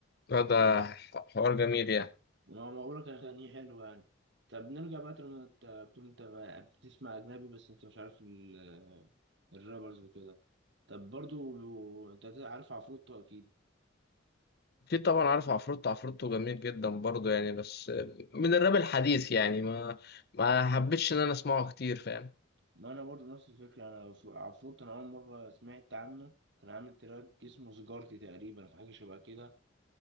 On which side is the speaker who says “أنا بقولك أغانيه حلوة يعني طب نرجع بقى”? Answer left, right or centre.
Right